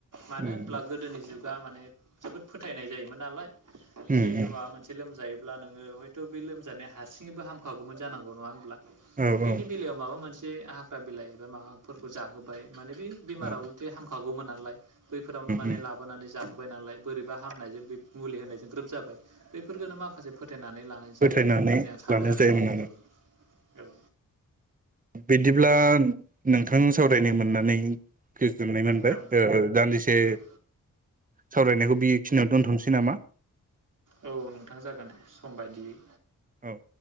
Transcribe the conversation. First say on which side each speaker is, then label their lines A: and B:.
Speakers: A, on the right (about 70°); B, on the right (about 25°).
A: मानो
B: उम
A: होनब्ला गोदोनि जुग गा माने जोबोद फोथायनाय जायोमोन नालाय जिहेथु
B: उम उम
A: माबा मोनसे लोमजायो अब्ला नोङो हयथ' बे लोमजानाय हारसिङैबो हामखागौमोन जानांगौ नङा होनब्ला
B: औ
A: बैनि
B: औ
A: बेलायाव माबा मोनसे से हाग्रा बिलाइ एबा माबाफोरखौ जाहोबाय माने बे बेमाराउ
B: उम
A: लथे हामखा गौमोन नालाय बैफोरावनो माने
B: उम
A: लाबोनानै जाहो बाय नालाय बोरैबा हामनायजों मुलि होनायजों ग्रोब जाबाय बैफोरखौननो माखासे फो थायनानै लानाय
B: फोथायनानै
A: जायोमोन होननानै आं सानो
B: लानाय
A: आरो
B: जायोमोन
A: माने औ औ
B: बिदिब्ला नोंथां सा रायनो मोननानै गोजोननाय मोनबाय
A: औ
B: ओ दान्दिसे
A: औ
B: सावरायनायखौ बि खिनिआव दोनथ'नोसै नामा
A: औ नोंथां जागोन सम बायदियै
B: औ